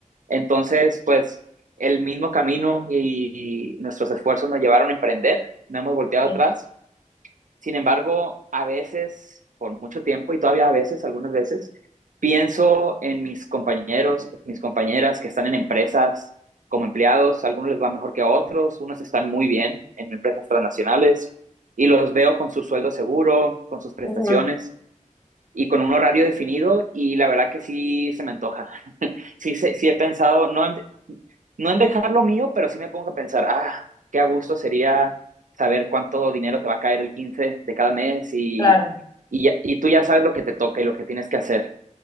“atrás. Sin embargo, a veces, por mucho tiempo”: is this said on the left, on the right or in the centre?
Right